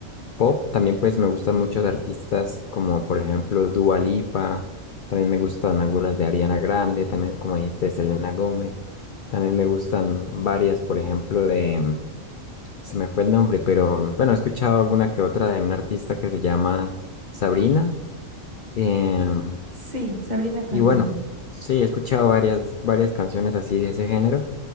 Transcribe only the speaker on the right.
Sí, Sabrina Carpenter.